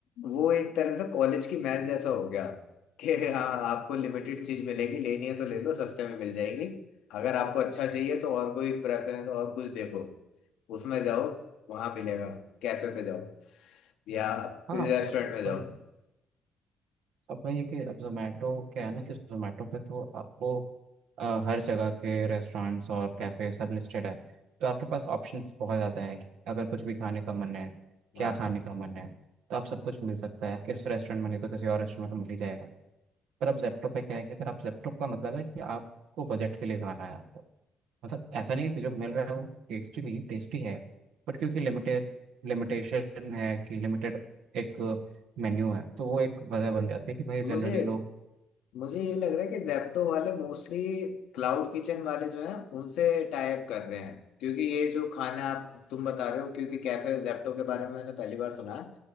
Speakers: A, on the left; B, on the right.
A: वो एक तरह से कॉलेज की मैच जैसा हो गया कि हाँ आपको लिमिटेड चीज मिलेगी लेनी है तो ले लो सस्ते में मिल जाएगी अगर आपको अच्छा चाहिए तो और कोई प्रेफरेंस और कुछ देखो उसमें जाओ वहां मिलेगा कैफे पे जाओ या
B: हाँ
A: रेस्टोरेंट
B: पर,
A: में जाओ
B: पर, अब वही है कि अब जोमेटो क्या है ना कि जोमेटो पे तो आपको अ, हर जगह के रेस्टोरेंट्स और कैफ़े सब लिस्टेड है तो आपके पास ऑप्शंस बहुत ज़्यादा हैं कि अगर कुछ भी खाने का मन है
A: हाँ
B: क्या खाने
A: हाँ।
B: का मन है तो आप सब कुछ मिल सकता है इस रेस्टोरेंट में नहीं तो किसी और रेस्टोरेंट में तो मिल ही जाएगा पर अब जेप्टो पे क्या है कि अगर आप जेप्टो का मतलब है कि आपको बजट के लिए खाना है मतलब ऐसा नहीं है कि जो मिल रहा है वो टेस्टी नहीं है टेस्टी है बट क्योंकि लिमिटेड लिमिटेशन है कि लिमिटेड एक मेन्यू है तो वो एक वजह बन जाती है कि भाई जनरली
A: मुझे
B: लोग
A: मुझे ये लग रहा है कि जैप्टो वाले मोस्टली क्लाउड किचन वाले जो हैं उनसे टाइप कर रहे हैं क्योंकि ये जो खाना आप तुम बता रहे हो क्योंकि कैफे जैप्टो के बारे में मैंने पहली बार सुना